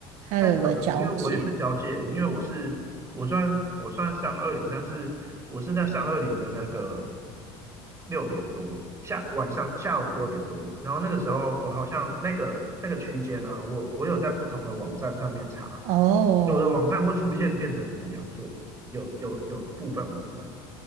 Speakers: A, on the right; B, on the right.
A: 它有一个交界。
B: 太扯了，因为我也是交界，因为我是我算我算三二零，但是我是在三二零的那个六点多下晚上下午六点多，然后那个时候我好像那个那个区间啊，我我有在不同的网站上面查，
A: 哦，
B: 有的网站会出现变成母羊座，有有有部分网站，